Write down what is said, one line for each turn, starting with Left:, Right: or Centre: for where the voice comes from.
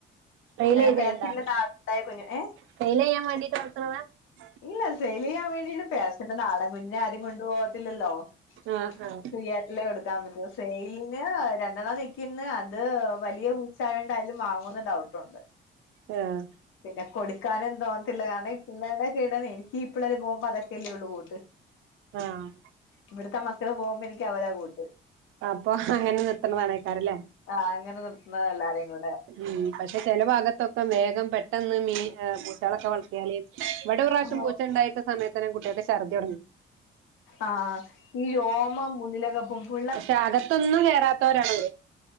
Right: ട്രെൽ ചെയ്തേണ്ടാ
Left: പേർഷ്യന്റെ നാടുണ്ടായ കുഞ്ഞു ഏ
Right: ട്രെൽ ചെയ്യാൻ വേണ്ടീട്ട് <unintelligible>
Left: ഇല്ല സെയിൽ ചെയ്യാൻ വേണ്ടിട്ട് <unintelligible> നാടൻ കുഞ്ഞിനെ ആരും കൊണ്ടു പോകത്തില്ലല്ലോ. <unintelligible>
Right: ആഹ് ആഹ്
Left: ന്നനിക്ക്ന്ന് ആ അത് വലിയ പൂച്ചായോണ്ടാര്ലും വാങ്ങോന്ന് ഡൗട്ടുണ്ട്.
Right: ആഹ്
Left: പിന്നെ കൊടുക്കാ കാനെന്തോന്നത്തില്ല കാരണം ഈ പിള്ളേയുടെക്കെടന്നെ എനിക്കീ പിള്ളേര് പോകുമ്പോ അതൊക്കയല്ലേ ഉള്ളൂ കൂട്ട്.
Right: ആഹ്
Left: ഇവിടുത്തെ മക്കള് പോകുമ്പോ എനിക്ക് അവരാ കൂട്ട്.
Right: അപ്പൊ അങ്ങനെ നിർത്തണ <unintelligible> കാരല്ലേ
Left: ആ അങ്ങനെ നിർത്തുന്നത എല്ലാരേയും കൂടെ
Right: മ്മ്ഹ് പക്ഷെ ചെല ഭാഗത്തൊക്കെ വേഗം പെട്ടെന്ന് മീൻ ഏഹ് പൂച്ചകളൊക്കെ വളർത്തിയാല് ഇവിടൊർറാശം
Left: ഓ
Right: പൂച്ച ഉണ്ടായിട്ടാസമയത്ത് കുട്ട്യാക്ക് ഛർദ്യോടങ്ങി.
Left: ആഹ ഈ രോമം ഉുള്ളിലകപ്പൊമ്പു
Right: പക്ഷെ അകത്തൊന്നും കേറാത്തോരാണ വര്.